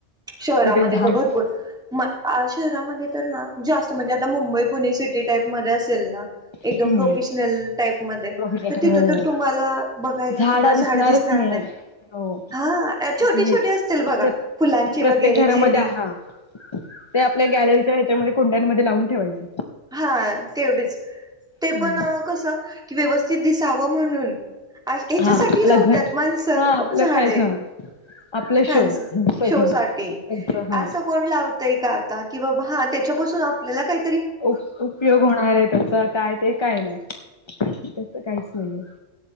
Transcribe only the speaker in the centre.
शहरामध्ये
तर भरपूर म शहरामध्ये तर ना जास्त म्हणजे आता मुंबई पुणे सिटी टाईपमध्ये असेल ना एकदम
प्रोफेशनल टाईप मधे
तर तिथं तर तुम्हाला बघायला
सुद्धा
झाड दिसणार
नाही.
हा
छोटे
छोटे असतील बघा
फुलांची
वगैरे
जेनी
हा तेवढेच ते
पण कसं की व्यवस्थित दिसावं म्हणून. अ हेच्यासाठी
लावतात
माणसं
झाडे.
फॅनस
शो साठी
असं कोण लावताय का आता कि बाबा हा त्याच्यापासून आपल्याला काय